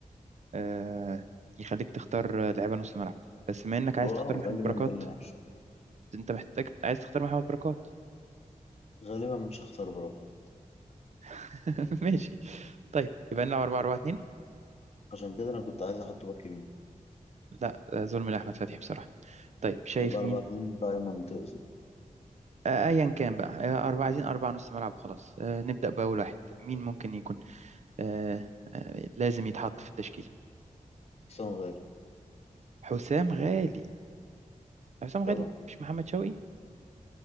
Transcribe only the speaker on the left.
هو
أه
غالبا
ده اللي هيحصل
غالبا مش هختار بركات
عشان كده أنا كنت عايز أحطه باك يمين
أربعة أربعة
اتنين دايما تقصد
حسام غالي
طبعا